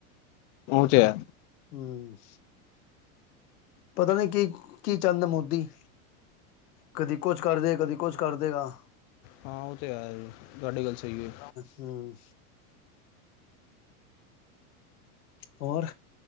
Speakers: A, on the left (about 50°); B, on the left (about 80°).
A: ਓ ਤੇ ਹੈ।
B: ਹੂੰ, ਪਤਾ ਨੀ ਕੀ ਕੀ ਚਾਂਦਾ ਮੋਦੀ। ਕਦੀ ਕੁਛ ਕਰਦੇ ਕਦੀ ਕੁਛ ਕਰਦੇਗਾ।
A: ਹਾਂ, ਉਹ ਤਾਂ ਹੈ, ਤੁਹਾਡੀ ਗੱਲ ਸਹੀ ਐ।
B: ਹਾਂ, ਹੋਰ,